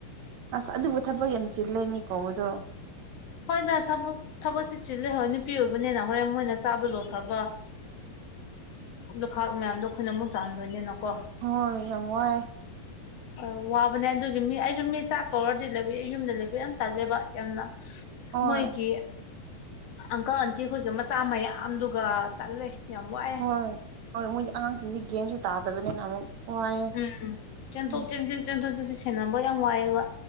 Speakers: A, on the right; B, on the left.
A: ꯑꯁ ꯑꯗꯨꯕꯨ ꯊꯕꯛ ꯌꯥꯝ ꯆꯤꯜꯂꯦ ꯃꯤꯀꯣꯗꯣ
B: ꯍꯣꯏꯗ ꯊꯕꯛ ꯊꯕꯛꯇꯤ ꯆꯤꯂꯦ ꯍꯣꯏ ꯅꯨꯄꯤ ꯑꯣꯏꯕꯅꯤꯅ ꯍꯣꯔꯦꯟ ꯃꯣꯏꯅ ꯆꯥꯕ ꯂꯣꯏꯠꯈ꯭ꯔꯒ ꯂꯨꯈꯥꯛ ꯃꯌꯥꯝꯗꯣ ꯑꯩꯈꯣꯏꯅ ꯑꯃꯨꯛ ꯆꯥꯜꯗꯣꯏꯅꯤꯅꯀꯣ
A: ꯍꯣꯏ ꯌꯥꯝ ꯋꯥꯏꯌꯦ
B: <inaudible> ꯑ ꯋꯥꯕꯅꯦ ꯑꯗꯨꯒꯤ ꯃꯤ ꯑꯩꯁꯨ ꯃꯤ ꯆꯥꯛ ꯀꯧꯔꯗꯤ ꯂꯩꯕ ꯑꯩ ꯌꯨꯝꯗ ꯂꯩꯕ ꯌꯥꯝ ꯇꯜꯂꯦꯕ ꯌꯥꯝꯅ
A: ꯍꯣꯏ
B: ꯃꯣꯏꯒꯤ ꯑꯪꯀꯜ ꯑꯟꯇꯤ ꯈꯣꯏꯒꯤ ꯃꯆꯥ ꯃꯌꯥꯝꯗꯨꯒ ꯇꯜꯂꯦ ꯌꯥꯝ ꯋꯥꯏ
A: ꯍꯣꯏ ꯍꯣꯏ ꯃꯣꯏꯗꯤ ꯑꯉꯥꯡꯁꯤꯡꯗꯤ ꯒꯦꯟꯁꯨ ꯇꯥꯗꯕꯅꯤꯅ ꯑꯃꯨꯛ ꯋꯥꯏꯌꯦ
B: ꯎꯝ ꯆꯦꯟꯊꯣꯛ
A: ꯎꯝ
B: ꯆꯦꯟꯁꯤꯟ ꯆꯦꯟꯊꯣꯛ ꯆꯦꯟꯁꯤꯟ ꯁꯦꯟꯅꯕ ꯌꯥꯝ ꯋꯥꯏꯑꯦꯕ